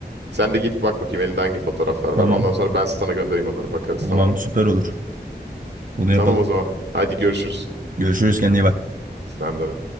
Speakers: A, on the right; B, on the right.
A: Sen de git bak bakayım elinde hangi fotoğraflar var.
B: Tamam
A: Ondan sonra ben sana göndereyim onları. Bakarız
B: tamam,
A: tamam mı?
B: süper olur. Bunu
A: Tamam
B: yapalım.
A: o zaman. Hadi görüşürüz.
B: Görüşürüz kendine iyi bak.
A: Sen de.